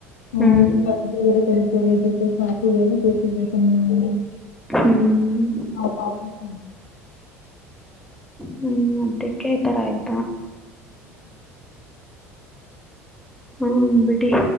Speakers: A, on the left; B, in the centre.
A: ಹ
B: ಹ್ಮ್
A: ಕರ್ ಕಡೆ ತೆ ಸಾಪ ವ
B: ಹ್ಮ್
A: ಹ
B: ಹ್ಮ ಮತ್ತೆ ಕ ಈ ತರ ಆಯ್ತು. ಹ್ಮ ಬಿಡಿ